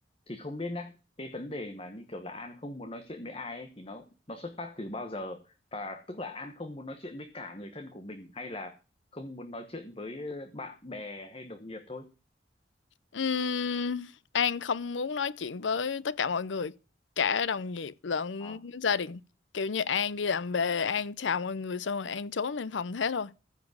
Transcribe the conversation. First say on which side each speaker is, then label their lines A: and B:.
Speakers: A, on the left; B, on the left.
A: thì không biết nhá cái vấn đề mà như kiểu là An không muốn nói chuyện với ai ấy, thì nó nó xuất phát từ bao giờ và tức là An không muốn nói chuyện với cả người thân của mình hay là không muốn nói chuyện với ờ, bạn bè hay đồng nghiệp thôi
B: Ừm, An không muốn nói chuyện với tất cả mọi người cả đồng nghiệp lẫn
A: à,
B: gia đình kiểu như An đi làm về An chào mọi người xong rồi An trốn lên phòng thế thôi